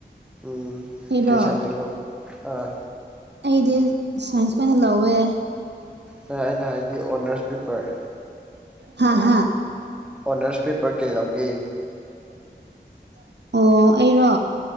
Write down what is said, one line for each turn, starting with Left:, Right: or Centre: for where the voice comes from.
Centre: ꯎꯝ
Right: ꯑꯩꯔꯣ
Centre: ꯀꯩ ꯁꯕꯖꯦꯛ ꯂꯧ ꯑꯥ꯫
Right: ꯑꯩꯗꯤ ꯁꯥꯏꯟꯁ ꯑꯣꯏꯅ ꯂꯧꯋꯦ꯫
Centre: ꯅꯦ ꯑꯩꯅ ꯍꯥꯏꯗꯤ ꯑꯣꯅꯔꯁ ꯄꯦꯄꯔ꯫
Right: ꯍꯥ ꯍꯥ꯫
Centre: ꯑꯣꯅꯔꯁ ꯄꯦꯄꯔ ꯀꯩ ꯂꯧꯒꯦ꯫
Right: <inaudible> ꯑꯣ ꯑꯩꯔꯣ꯫